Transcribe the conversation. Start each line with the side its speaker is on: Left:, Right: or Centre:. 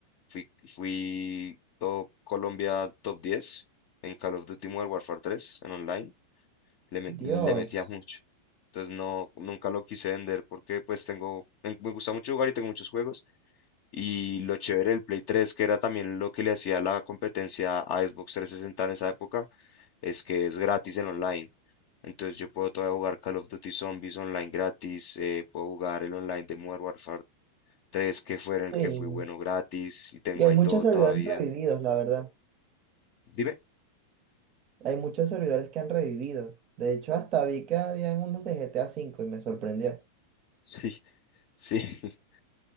Left: Fui, fui top Colombia top 10 en Call of Duty Modern Warfare 3, en online. Le, me-
Right: Dios.
Left: le metía mucho. Entonces no, nunca lo quise vender porque pues tengo, me, me gusta mucho jugar y tengo muchos juegos. Y lo chévere del Play 3, que era también lo que le hacía la competencia a Xbox 360 en esa época, es que es gratis en online. Entonces yo puedo todavía jugar Call of Duty Zombies online gratis, eh, puedo jugar el online de Modern Warfare 3, que fue en el
Right: Sí.
Left: que fui bueno gratis, y tengo
Right: Y hay
Left: ahí
Right: muchos
Left: todo
Right: servidores
Left: todavía.
Right: revividos, la verdad.
Left: Dime.
Right: Hay muchos servidores que han revivido. De hecho, hasta vi que habían unos de GTA V y me sorprendió.
Left: Sí, sí, <laughs>